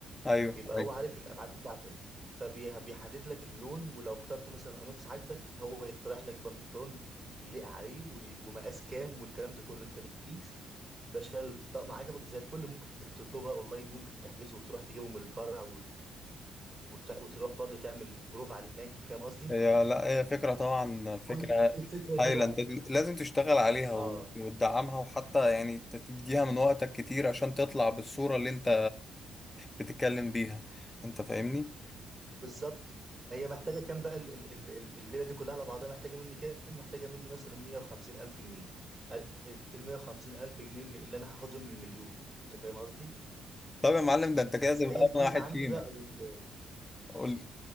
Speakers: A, on the left; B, on the right.
A: ايوه
B: بيبقى هو
A: ايوه
B: عارف الابعاد بتاعتك فبيحدد لك اللون ولو اخترت مثلا قميص عاجبك هو يقترح لك بنطلون يليق عليه و- ومقاس كام والكلام ده كله انت بتقيس باشا الطقم عجبك زي الفل ممكن تطلبها اونلاين ممكن تحجزه وتروح تجيبه من الفرع و- وت- وتروح برضه تعمل بروف عليه هناك فاهم قصدي
A: هي لا هي فكره طبعا فكره
B: كل الفكرة
A: هايله
B: دي بقى
A: انت لازم تشتغل عليها و-
B: اه
A: وتدعمها وحتى يعني ت- تديها من وقتك كتير عشان تطلع بالصوره اللي انت بتتكلم بيها انت فاهمني
B: بالظبط هي محتاجه كام بقى ال- ال- ال- ال- الليله دي كلها على بعضها محتاجه مني كام محتاجه مني مثلا 150 الف جنيه ادي ال 150 الف جنيه اللي اللي انا هاخدهم من المليون انت فاهم قصدي
A: طب يا معلم ده انت كده
B: بس
A: تبقى
B: هي الكيسه
A: اغنى واحد
B: عندي
A: فينا
B: بقى أو ال-
A: قول لي